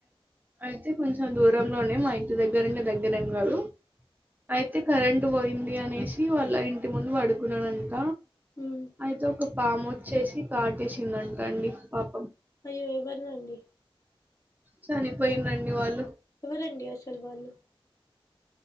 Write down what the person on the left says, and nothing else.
హ్మ్
అయ్యో ఎమైంది అండి
ఎవరండి అసలు వాళ్లు